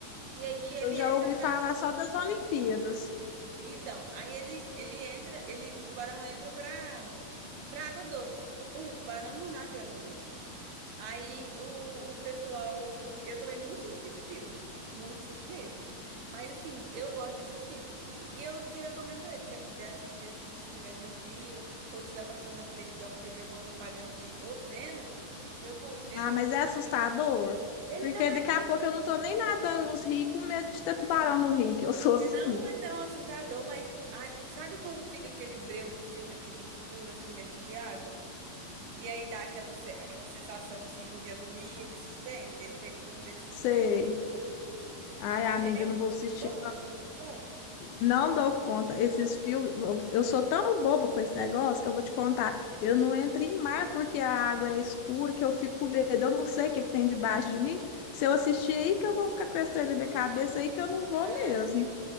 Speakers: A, on the right; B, on the left.
A: E aí ele
B: eu já
A: entra
B: ouvi
A: pra.
B: falar só das Olimpíadas.
A: Então, aí ele, ele entra, ele, o tubarão entra pra, pra água doce. Um, tubarão não nada em água doce. Aí o, o pessoal. Eu tomei muito susto com esse filme. Muito susto mesmo. Mas assim, eu gosto de assistir. E, e eu te recomendo ele. Se você puder assistir assim, se estiver tranquila, ou estiver passando na televisão, você vê alguma propaganda de Ô eu, com- eu,
B: Ah, mas é assustador.
A: eu, eu. Ele
B: Porque
A: não
B: daqui a pouco eu não tô nem nadando nos rios com medo de ter tubarão no rio, que eu sou assim.
A: Não é tão assustador, mas ah, sabe quando fica aquele breu no filme, aquele escuro assim dentro de água? E aí dá aquela, se- aquela sensação assim de agonia, de suspense. Ele tem um pouco desse suspense.
B: Sei. Ai,
A: Mas
B: amiga,
A: ele é muito
B: não vou assistir.
A: bom, muito bom.
B: Não dou conta. Esses filmes. Eu eu sou tão boba com esse negócio que eu vou te contar. Eu não entro em mar porque a água é escura, que eu fico com medo. Eu não sei o que que tem debaixo de mim. Se eu assistir aí, que eu vou ficar com esse trem na minha cabeça aí, que eu não vou
A: Ah,
B: mesmo.